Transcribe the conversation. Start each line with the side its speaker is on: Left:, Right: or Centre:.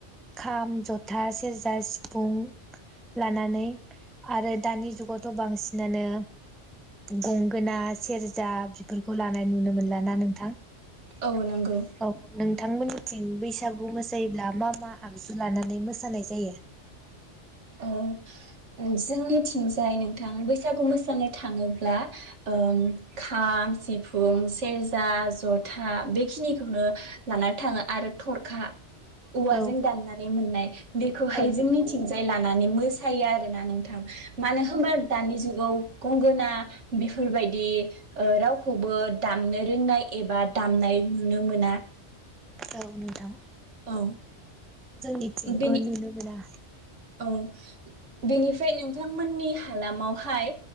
Centre: खाम जथा सेरजा सिफुं लानानै आरो दानि जुगावथ' बांसिनानो गंगोना सेरजा बेफोरखौ लानाय नुनो मोनला ना नोंथां
Right: औ नंगौ
Centre: औ नोंथांमोननि थिं बैसागु मोसायोब्ला मा मा आगजु लानानै मोसानाय जायो
Right: औ ओ जोंनिथिंजाय नोंथां बैसागु मोसानो थाङोब्ला ओम खाम सिफुं सेरजा जथा बेखिनिखौनो लानानै थाङो आरो थरखा औवाजों
Centre: औ
Right: दाननानै मोननाय बेखौहाय
Centre: औ
Right: जोंनिथिं जाय लानानै मोसायो आरो ना नोंथां थां मानो होमबा दानि जुगाव गंगोना बेफोरबायदि ओ रावखौबो दामनो रोंनाय एबा दामनाय नुनो मोना
Centre: औ नोंथां
Right: औ
Centre: जोंनिथिंबो
Right: बेनि
Centre: नुनो मोना
Right: औ बेनिफ्राय नों बिथांमोननि हालामावहाय